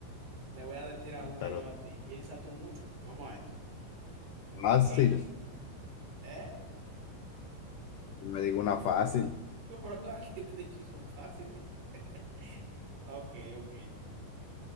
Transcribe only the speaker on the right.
Te voy a tirar una
yo a ti. Piensa tú mucho. Vamos a esto.
¿Qué? ¿Eh?
No, pero todas las que te he dicho son fáciles. <laughs> Ok, ok.